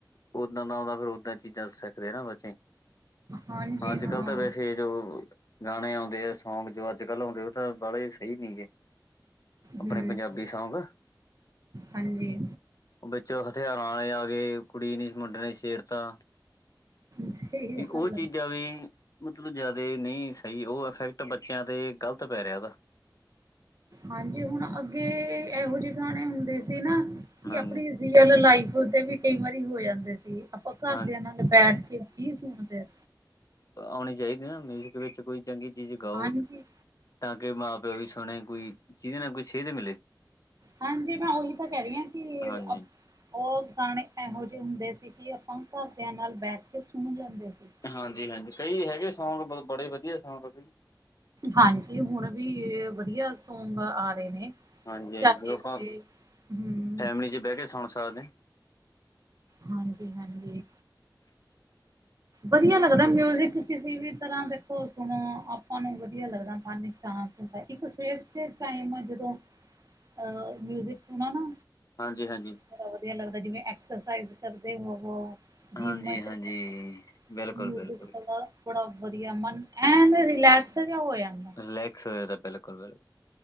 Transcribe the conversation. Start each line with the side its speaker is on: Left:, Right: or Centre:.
Left: ਓਦਾਂ ਦਾ ਆਉਂਦਾ ਫੇਰ ਓਦਾਂ ਚੀਜ਼ਾਂ ਸਿੱਖਦੇ ਨਾ ਬੱਚੇ।
Right: ਹਾਂਜੀ
Left: ਅੱਜ
Right: ਹਾਂ
Left: ਕੱਲ ਤਾਂ ਵੈਸੇ ਸੇ ਜੋ ਗਾਣੇ ਆਉਂਦੇ ਆ, ਸੌਂਗ ਜੋ ਅੱਜ-ਕੱਲ ਆਉਂਦੇ ਓ ਤਾਂ ਬਾਲੇ ਸਈ ਨੀ ਗੇ। ਆਪਣੇ
Right: ਹਮ
Left: ਪੰਜਾਬੀ ਸੌਂਗ।
Right: ਹਾਂਜੀ
Left: ਓ ਵਿੱਚ ਓ ਹਥਿਆਰਾਂ ਆਲੇ ਆ ਗਏ ਕੁੜੀ ਨੀ ਮੁੰਡੇ ਨੇ ਛੇੜਤਾ।
Right: ਸਹੀ
Left: ਵੀ
Right: ਗੱਲ
Left: ਓ
Right: ਆ।
Left: ਚੀਜ਼ ਜ਼ਾ ਵੀ ਮਤਲਬ ਜਾਅਦੇ ਨਈੰ ਸਈ ਓ ਇਫੈਕਟ ਬੱਚੇਆਂ ਤੇ ਗਲਤ ਪੈ ਰਿਆ ਓਦਾ।
Right: ਹਾਂਜੀ, ਹੁਨ ਅੱਗੇ ਐਹੋ ਜੇ ਗਾਣੇ ਹੁੰਦੇ ਸੀ ਨਾ ਕਿ
Left: ਹਾਂਜੀ
Right: ਆਪਨੀ ਰੀਅਲ ਲਾਈਫ ਦੇ ਵੀ ਕਈ ਵਾਰੀ ਹੋ ਜਾਂਦੇ ਸੀ ਆਪਾਂ ਘਰਦੇਆਂ
Left: ਹਾਂ
Right: ਨਾਲ ਬੈਠ ਕੇ ਕੀ ਸੁਣਦੇ ਆਂ।
Left: ਔਣੀ ਚਾਈਦੀ ਆ ਨਾ ਮਿਊਜ਼ਿਕ ਵਿੱਚ ਕੋਈ ਚੰਗੀ ਚੀਜ਼ ਗਾਓ।
Right: ਹਾਂਜੀ
Left: ਤਾਂ ਕਿ ਮਾਂ-ਪਿਓ ਵੀ ਸੁਣੇ ਕੋਈ ਜੀਦੇ ਨਾਲ ਕੋਈ ਸੇਦ ਮਿਲੇ।
Right: ਹਾਂਜੀ, ਮੈਂ ਓਹੀ ਤਾਂ ਕੈ ਰਈ ਆਂ ਕਿ
Left: ਹਾਂਜੀ।
Right: ਅ ਓ ਗਾਣੇ ਐਹੋ ਜੇ ਹੁੰਦੇ ਸੀ ਕਿ ਆਪਾਂ ਘਰਦੇਆਂ ਨਾਲ ਬੈਠ ਕੇ ਸੁਨ ਲੈਂਦੇ ਸੀ।
Left: ਹਾਂਜੀ-ਹਾਂਜੀ ਕਈ ਹੈਗੇ ਸੌਂਗ ਬ ਬੜੇ ਵਦੀਆ ਸੌਂਗ ਆ।
Right: ਹਾਂਜੀ, ਹੁਨ ਵੀ ਵਦੀਆ ਸੌਂਗ ਆ ਰਏ ਨੇ।
Left: ਹਾਂਜੀ-ਹਾਂਜੀ
Right: ਚਾਹੇ
Left: ਓ ਆਪਾਂ
Right: ਹਮ
Left: ਫੈਮਿਲੀ ਚ ਬੈ ਕੇ ਸੁਣ ਸਕਦੇ ਆਂ।
Right: ਹਾਂਜੀ-ਹਾਂਜੀ, ਵਦੀਆ ਲੱਗਦੈ ਮਿਊ ਊਜ਼ਿਕ ਕਿਸੀ ਵੀ ਤਰਾਂ ਦੇਖੋ ਹੁਨ ਆਪਾਂ ਨੂੰ ਵਦੀਆ ਲੱਗਦਾ ਮਨ ਸ਼ਾਂਤ ਹੁੰਦਾ ਐ ਇੱਕ ਸਵੇਰ-ਸਵੇ ਦੇ ਟਾਈਮ ਜਦੋਂ ਅ ਮਿਊਜ਼ਿਕ ਸੁਣਾ ਨਾ
Left: ਹਾਂਜੀ-ਹਾਂਜੀ।
Right: ਬੜਾ ਵਦੀਆ ਲੱਗਦਾ ਜਿਵੇਂ ਐਕਸਰਸਾਈਜ਼ ਕਰਦੇ ਹੋਵੋ ਜਿੰਮ
Left: ਹਾਂਜੀ-ਹਾਂਜੀ
Right: ਚ ਹੋਵੋ,
Left: ਬਿਲਕੁਲ-ਬਿਲਕੁਲ
Right: ਮਿਊਜ਼ਿਕ ਚਲਦਾ ਬੜਾ ਵਦੀਆ ਮਨ ਐਨ ਰਿਲੈਕਸ ਜਾ ਹੋ ਜਾਂਦਾ।
Left: ਰਿਲੈਕਸ ਹੋ ਜਾਂਦਾ ਬਿਲਕੁਲ-ਬਿਲਕੁਲ।